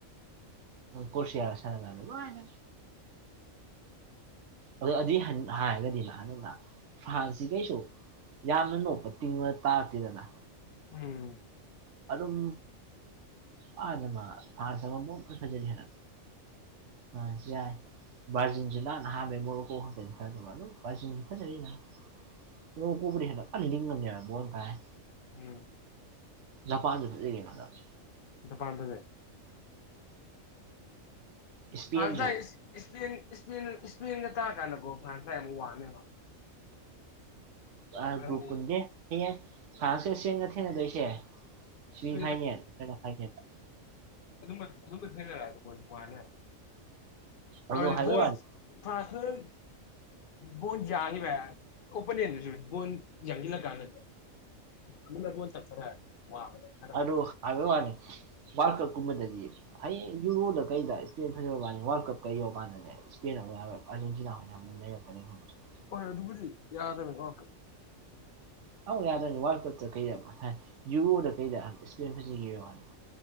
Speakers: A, on the right; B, on the left.
A: ꯀꯣ꯭ꯔꯁꯤꯌꯥꯒ ꯁꯥꯟꯅꯒꯗ ꯂꯣꯏꯅ ꯑꯗꯨ ꯑꯗꯤ ꯍꯥꯟ ꯍꯥꯏꯔꯒꯗꯤꯅ ꯑꯗꯨꯅ ꯐꯥꯔꯟꯁꯇꯤ ꯀꯩꯁꯨ ꯌꯥꯝꯅ ꯅꯣꯛꯄ ꯇꯤꯡꯅ ꯇꯥꯛꯇꯦꯗꯅ
B: ꯎꯝ
A: ꯑꯗꯨꯝ <unintelligible> ꯊꯥꯁꯦ ꯑꯃꯨꯛ ꯐꯖꯔꯤ ꯍꯥꯏꯅ ꯐꯖꯩ ꯕꯔꯖꯤꯟꯖꯤꯅ ꯉꯍꯥꯟꯗꯩ ꯃꫭꯔꫭꯀꫭ ꯈꯛꯇꯅꯤ <unintelligible> ꯃꫭꯔꫭꯀꯣꯕꯨꯗꯩ ꯍꯦꯟꯅ ꯐꯅ ꯂꯤꯡꯉꯕꯅꯦꯕ ꯕꯣꯜ ꯐꯂꯥꯏ
B: ꯎꯝ
A: ꯖꯄꯥꯟꯖꯨ ꯐꯖꯩ ꯀꯩꯅꫭ ꯑꯗꫭ
B: ꯖꯄꯥꯟ ꯐꯖꯩ
A: ꯏꯁꯄꯦꯟꯁꯨ
B: ꯐꯔꯥꯟꯁ ꯍꯥꯏ‌ ꯏꯁ ꯏꯁ ꯏꯁꯄꯦꯟꯒ ꯇꯔꯀꯥꯟꯗꯀꯣ ꯐ꯭ꯔꯥꯟꯁꯅ ꯑꯃꯨꯛ ꯋꯥꯡꯅꯦꯕ
A: ꯑ
B: ꯍꯥꯏꯕꯗꯤ
A: ꯒ꯭ꯔꯨꯞ ꯄꯨꯟꯗꯦ ꯍꯌꯦꯡ ꯐ꯭ꯔꯥꯟꯁꯇ ꯆꯦꯟꯒ ꯊꯦꯡꯅꯗꯣꯏꯁꯦ ꯁꯤꯃꯤ
B: <unintelligible>
A: ꯐꯥꯏꯅꯦꯜ ꯅꯠꯇ꯭ꯔꯒ ꯐꯥꯏꯅꯦꯜꯗ
B: ꯑꯗꯨ ꯑꯗꯨꯝꯕ ꯊꯦꯡꯅꯔꯛꯑ ꯃꯥꯅꯦ <unintelligible>
A: ꯑꯗꯣ ꯍꯥꯏꯕꯩ ꯋꯥꯅꯤ
B: ꯐꯔꯥꯟꯁꯅ ꯕꯣꯜ ꯌꯥꯡꯉꯤꯕ ꯑꯣꯄꯅꯦꯟꯗꯨꯁꯨ ꯕꯣꯜ ꯌꯥꯡꯖꯤꯜꯂꯀꯥꯟꯗ ꯑꯗꯨꯅ ꯕꯣꯜ ꯇꯞꯊꯔ ꯋꯥꯕꯅꯦ ꯁꯥꯟꯅꯕ
A: ꯑꯗꯨ ꯍꯥꯏꯕꯋꯥꯅꯤ ꯋꯥꯜ ꯀꯞꯀꯨꯝꯕꯗꯗꯤ ꯍꯌꯦꯡ ꯌꯨꯔꯣꯗ ꯀꯩꯗ ꯏꯁꯄꯦꯟ ꯐꯅꯕ ꯃꯥꯅꯤ ꯋꯥꯔꯜ ꯀꯞ ꯀꯩ ꯌꯧꯔ ꯀꯥꯟꯗꯅꯦ ꯏꯁꯄꯦꯟ ꯑꯃꯨꯛ ꯌꯥꯔꯔꫭꯏ ꯑꯥꯔꯖꯦꯟꯇꯤꯅꯥ ꯑꯣꯏꯅ ꯑꯃꯨꯛ ꯅꯩꯔꯛꯄꯅꯦ <unintelligible>
B: ꯍꯣꯏ ꯑꯗꯨꯕꯨꯗꯤ ꯌꯥꯗꯕ ꯋꯥꯜꯀꯞ
A: ꯑꯧ ꯌꯥꯗꯣꯏꯅꯤ ꯋꯥꯜ ꯀꯞꯇ ꯀꯩꯗ ꯍꯥꯏ ꯌꯨꯔꯣꯗ ꯀꯩꯗ ꯏꯁꯄꯦꯟ ꯐꯖꯩꯌꫭ